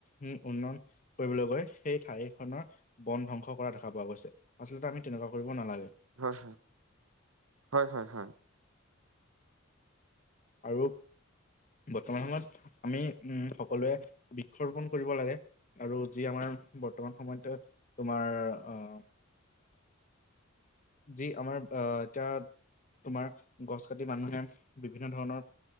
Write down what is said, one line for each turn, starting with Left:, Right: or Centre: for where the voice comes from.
Left: উম উন্নয়ন কৰিবলৈ গৈ সেই ঠাইখনৰ বন ধ্বংস কৰা দেখা পোৱা গৈছে আচলতে আমি তেনেকুৱা কৰিব নালাগে
Right: হয় হয় হয় হয়
Left: আৰু বৰ্তমান সময়ত আমি উম সকলোৱে বৃক্ষৰোপন কৰিব লাগে আৰু যি আমাৰ বৰ্তমান সময়ত তোমাৰ অ
Right: <inaudible>
Left: যি আমাৰ আ এতিয়া তোমাৰ গছ কাটি মানুহে বিভিন্ন ধৰণৰ